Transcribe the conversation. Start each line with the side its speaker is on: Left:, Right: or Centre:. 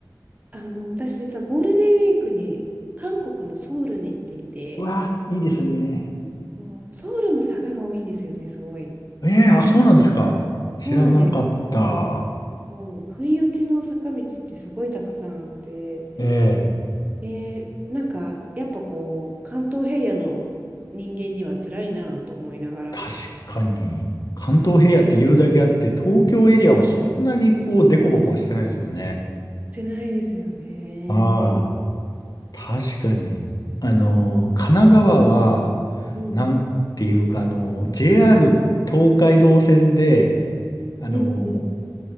Right: あの、私実はゴールデンウィークに韓国のソウルに行っていて、
Left: う。うわ、いいですね。
Right: そうソウルも坂が多いんですよね、すごい。
Left: ええあ、そうなんですか。知らなかった。
Right: そうなんです。だからもう、不意打ちの坂道ってすごいたくさんあって、
Left: ええ、
Right: で、なんか、やっぱこう、関東平野の人間には辛いなと思いながら、
Left: 確かに、関東平野って言うだけあって、東京エリアはそんなにこう、デコボコはしてないですよね。
Right: してないですよね。
Left: はい。確かに。あの、神奈川は、
Right: うん、
Left: なんていうか、あの、JR 東海道線で、あの、
Right: うん、うん。